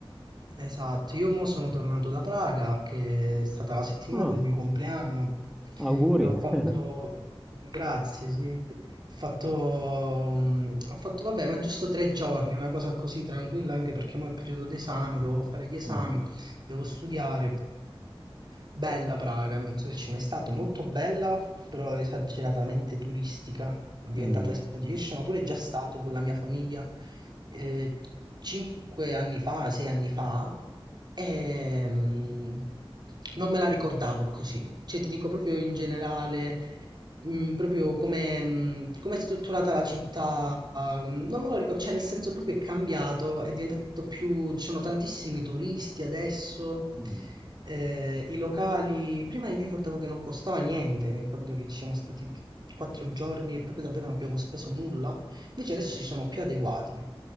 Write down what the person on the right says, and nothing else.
Esatto, io mo sono tornato da Praga, che è stata la settimana
del mio compleanno,
e ho fatto...
Grazie, sì. Ho fatto... mm, Ho fatto, vabbè, ma giusto tre giorni, una cosa così tranquilla, anche perché mo è periodo d'esami, dovevo fare gli esami
devo studiare. Bella Praga, non so se ci è mai stato, molto bella, però esageratamente turistica, diventata
esagerata. Io ci sono pure già stato con la mia famiglia eh, cinque anni fa, sei anni fa, e mm, non me la ricordavo così. Cioè, ti dico proprio in generale, mm, proprio come mm, come è strutturata la città non me lo ricordo, cioè nel senso proprio è cambiato, è diventato più, ci sono tantissimi turisti adesso,
eh, i locali, prima io mi ricordavo che non costava niente, mi ricordo che ci siamo stati quattro giorni e proprio davvero non abbiamo speso nulla, invece adesso
si sono più adeguati,